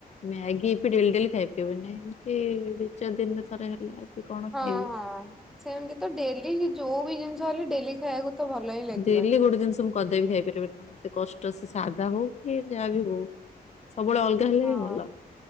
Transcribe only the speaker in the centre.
ହଁ
ହଁ ସେମିତି ତ ଡେଲି ଯୋଉ ବି ଜିନିଷ ହେଲେ ଡେଲି ଖାଇବାକୁ ତ ଭଲ ହିଁ ଲାଗିବନି।
ହଁ